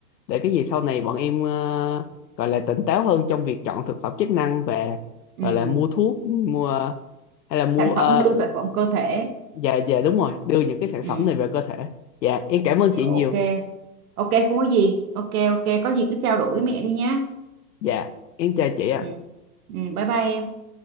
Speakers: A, on the left; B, on the right.
A: để cái gì sau này bọn em ờ, gọi là tỉnh táo hơn trong việc chọn thực phẩm chức năng và
B: ừ.
A: gọi là mua thuốc mua hay là mua
B: sản
A: ờ,
B: phẩm đưa sản phẩm cơ thể
A: dạ dạ đúng rồi đưa những cái sản
B: ừ.
A: phẩm này về cơ thể dạ em cảm ơn chị
B: ok
A: nhiều
B: ok không có gì ok ok có gì cứ trao đổi với mẹ đi nhá
A: dạ em chào chị ạ
B: ừ. Ừ. bye bye em